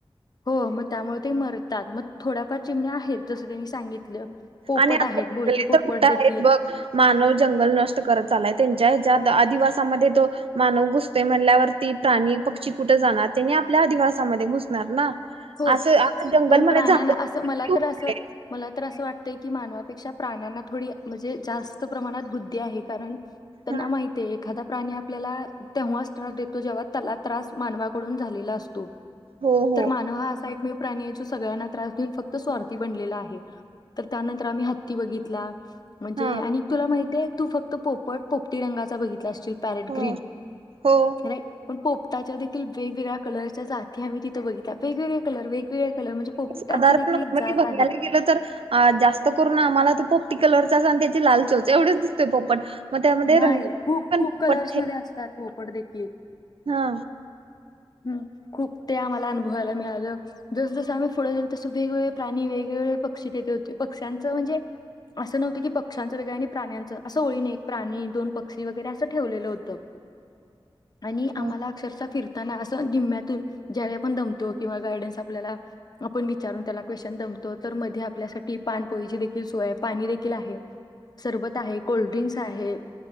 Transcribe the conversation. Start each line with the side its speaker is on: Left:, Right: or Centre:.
Left: हो मग त्यामुळे ते मरतात मग. थोड्याफार चिमण्या आहेत. जसं त्यांनी सांगितलं. पोपट
Right: आणि आता
Left: आहेत
Right: जंगले
Left: बोलके पोपट
Right: तर कुठे आहे
Left: देखील
Right: बघ. मानव जंगल नष्ट करत चालाय. ज्या ह्याच्या आधिवासामध्ये जो मानव घुसतोय. म्हणल्यावरती प्राणी पक्षी कुठे जाणार. त्यांनी आपल्या आधिवासामध्ये घुसणार ना.
Left: हो
Right: असं आता जंगल
Left: पण
Right: मध्ये
Left: प्राण्याना
Right: झाड किती
Left: असं, मला
Right: उरले.
Left: तर असं, मला तर असं वाटत. की मानवापेक्षा प्राण्यांना थोडी म्हणजे जास्त प्रमाणात बुद्धी आहे. कारण त्यांना
Right: हा,
Left: माहित आहे एखादा प्राणी आपल्याला तेव्हाच त्रास देतो. जेव्हा त्याला त्रास मानवाकडून झालेला असतो.
Right: हो. हो.
Left: तर मानव हा एकमेव प्राणी आहे. जो सगळ्यांना त्रास देऊन फक्त स्वार्थी बनलेला आहे. तर त्यानंतर आम्ही हत्ती बघितला. म्हणजे
Right: हा
Left: आणि तुला माहिते आहे. तू फक्त पोपट-पोपटी रंगाचा बघितला असशील. पॅरेट
Right: हो
Left: ग्रीन
Right: हो.
Left: राईट. पण पोपटाच्या देखील वेगवेगळ्या कलरच्या जाती आम्ही तिथे बघितल्या. वेगवेगळे कलर वेगवेगळे कलर म्हणजे पोपटाची
Right: साधारण
Left: देखील
Right: नॉर्मली
Left: एक जात
Right: बघायला
Left: आहे.
Right: गेलं तर. जास्त करून आम्हाला तर पोप टी कलरचाच. आणि त्याची लाल चोच एवढच दिसतोय पोपट. मग त्यामध्ये
Left: नाही
Right: रंगीत
Left: खूप-खूप
Right: पण पोपट
Left: कलर्स
Right: आहेत.
Left: मध्ये असतात. पोपट देखील. की.
Right: हा.
Left: हम खूप. ते आम्हाला अनुभवायला मिळालं. जस-जसं आम्ही पुढे जाईल तसं वेगवेगळे प्राणी वेगवेगळे पक्षी तेथे होते. पक्ष्यांचं म्हणजे असं नव्हतं की पक्ष्यांचं वेगळ्या आणि प्राण्यांचं असं ओळीने एक प्राणी दोन पक्षी वगैरे असं ठेवलेलं होतं. आणि आम्हाला
Right: हो
Left: अक्षरशा फिर ताना असं निम्म्यातून ज्या वेळी आपण दमतो. किंवा गायडन्स आपल्याला आपण विचारून त्याला क्वेश्चन दमतो. तर मध्ये आपल्यासाठी पानपोईची देखील सोय आहे. पाणी देखील आहे. सरबत आहे. कोल्ड्रिंक्स आहे.